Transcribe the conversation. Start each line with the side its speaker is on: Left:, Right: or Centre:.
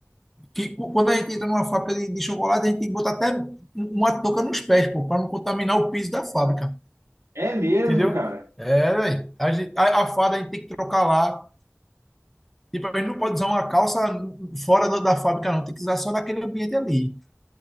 Centre: que cu- quando a gente entra numa fábrica de, de chocolate, a gente tem que botar até um- uma touca nos pés, pô, para não contaminar o piso da fábrica,
Right: É mesmo,
Centre: entendeu?
Right: cara?
Centre: É, velho. A, gente- a, a farda a gente tem que trocar lá. Tipo, a gente não pode usar uma calça fora do- da fábrica, não. Tem que usar só naquele ambiente ali.